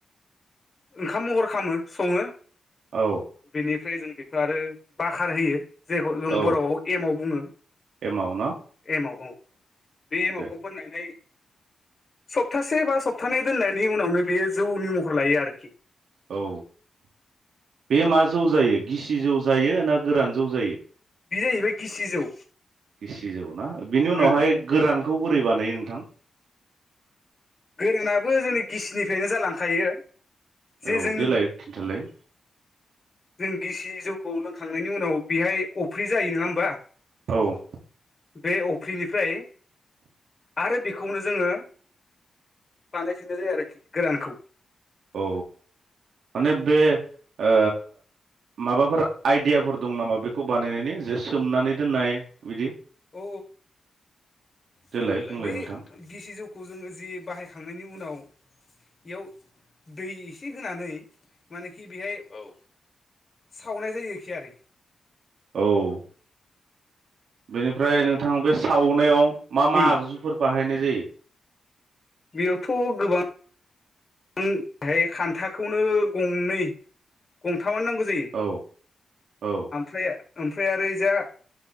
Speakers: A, on the left (about 45°); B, on the right (about 75°).
A: ओंखाम महर खामो सङो।
B: औ।
A: बेनिफ्राय जों बेखौ आरो बाखार होयो जेखौ जों
B: औ
A: बर'आव एमाव बुङो।
B: एमाव न
A: एमाव औ। बे एमावखौ
B: दे
A: फाननानै सप्तासे बा सप्तानैै दोननायनि उनावनो बेयो जौनि महर लायो आरोखि।
B: औ। बे मा जौ जायो गिसि जौ जायो ना गोरान जौ जायो?
A: बे जाहैबाय गिसि जौ।
B: गिसि जौ ना, बिनि उनावहाय
A: उम
B: गोरानखौ बोरै बानायो नोंथां?
A: गोरानाबो जोंनि गिसिनिफ्रायनो जालांखायो। जे
B: औ
A: जों
B: देलाय खिन्थालाय।
A: जों गिसि जौखौ लोंखांनायनि उनाव बेहाय अफ्रि जायो नङा होमबा
B: औ
A: बे अफ्रिनिफ्राय आरो बेखौनो जोङो बानायफिना जायो आरोखि गोरानखौ
B: औ माने बे ओ माबाफोर आइडियाफोर दं नामा बेखौ बानायनायनि जे सोमनानै दोननाय बिदि?
A: औ
B: देलाय
A: औ
B: बुंलाय
A: बे
B: नोंथां।
A: गिसि जौखौ जोङो जि बाहायखांनायनि उनाव बेयाव दै एसे होनानै मानेखि बेहाय औ सावनाय जायो एखि आरो
B: औ बेनिफ्राय नोंथां बे सावनायाव मा मा
A: उम
B: आगजुफोर बाहायनाय जायो
A: बेयावथ' गोबां बां बेहाय खान्थाखौनो गंनै गंथामानो नांगौ जायो
B: औ औ
A: ओमफ्राय ओमफ्राइ ओरै जा